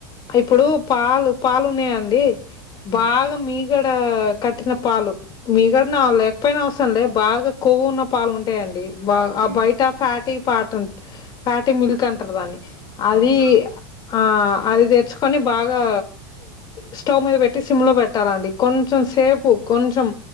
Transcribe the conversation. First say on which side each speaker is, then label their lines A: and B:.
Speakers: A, on the left (about 40°); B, on the left (about 80°).
A: ఇప్పుడు పాలు పాలు ఉన్నాయండి <unintelligible>
B: హ్మ్.
A: బాగు మీ మీ గడ కట్టిన పాలు మీగడ నా లేకపోయినా అవసరంలే బాగా కొవ్వు ఉన్న పాలు ఉంటాయండి బాగా
B: హ్మ్.
A: బయట ఆ ఫ్యాట్ ఫ్యాట్ ఫ్యాటీ మిల్క్ అంటారు దాన్ని అది
B: అవునా?
A: ఆ అది తెచ్చుకొని బాగా స్టవ్ మీద పెట్టి సిమ్లో పెట్టాలండి కొంచెం సేపు కొంచెం